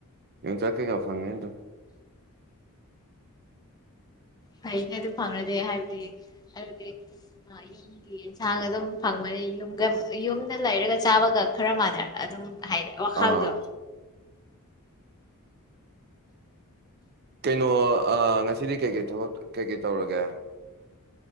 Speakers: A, on the right; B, on the left.
A: ꯌꯣꯡꯆꯥꯛ ꯀꯩꯀꯥ ꯐꯪꯉꯦ ꯑꯗꯨꯝ
B: ꯐꯩꯅꯦ ꯑꯗꯨ ꯐꯪꯅꯔꯗꯤ ꯍꯥꯏꯕꯗꯤ ꯑꯗꯨꯗꯤ ꯌꯨꯝꯒꯤ ꯌꯦꯟꯁꯥꯡ ꯑꯗꯨꯝ ꯐꯪꯕꯅꯤ ꯌꯨꯝꯒ ꯌꯨꯝꯗ ꯂꯩꯔꯒ ꯆꯥꯕꯒ ꯈꯔ ꯃꯥꯟꯅꯔ ꯑꯗꯨꯝ ꯍꯥꯏꯔ ꯋꯥꯈꯜꯗꯣ
A: ꯑꯥ ꯀꯩꯅꯣ ꯑꯥ ꯉꯁꯤꯗꯤ ꯀꯩꯀꯩ ꯊꯕꯛ ꯀꯩꯀꯩ ꯇꯧꯔꯒꯦ